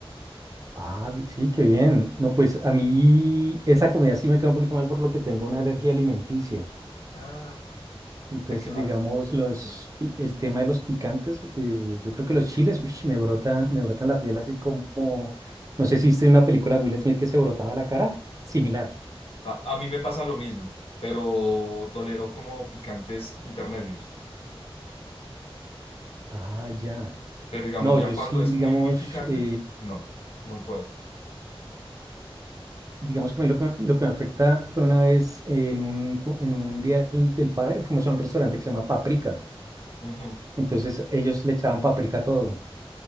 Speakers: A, on the right; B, on the left.
A: Ah, vi- sí, qué bien. No, pues a mí esa comida sí me queda un poquito mal por lo que tengo una alergia alimenticia.
B: Ah,
A: Entonces,
B: de que, ah,
A: digamos, los,
B: sí.
A: y el tema de los picantes, eh, yo creo que los chiles, uish, me brotan, me brotan la piel así como, no sé si viste una película de Will Smith que se brotaba la cara, similar.
B: A, a mí me pasa lo mismo, pero tolero como picantes intermedios.
A: Ah, ya.
B: Pero digamos,
A: No,
B: ya
A: yo
B: cuando
A: sí,
B: es
A: digamos,
B: muy, muy picante,
A: eh,
B: no, no puedo.
A: Digamos que a mí lo que, me- lo que me afecta fue una vez eh, en un, co- en un día del, del padre, fuimos a un restaurante que se llama Paprika.
B: Ujú,
A: Entonces ellos le echaban paprika a todo.